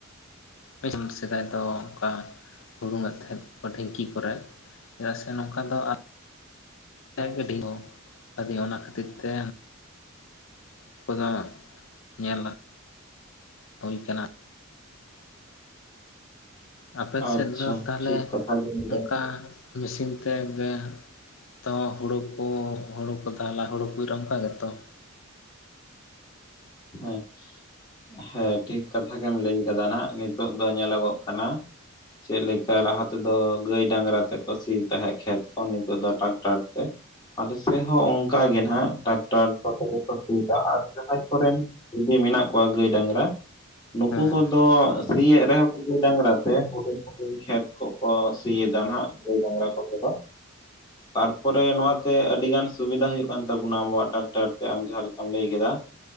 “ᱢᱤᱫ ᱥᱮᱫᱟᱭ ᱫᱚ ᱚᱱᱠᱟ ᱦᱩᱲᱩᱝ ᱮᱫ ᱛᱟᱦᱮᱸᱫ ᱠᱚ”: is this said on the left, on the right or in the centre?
Left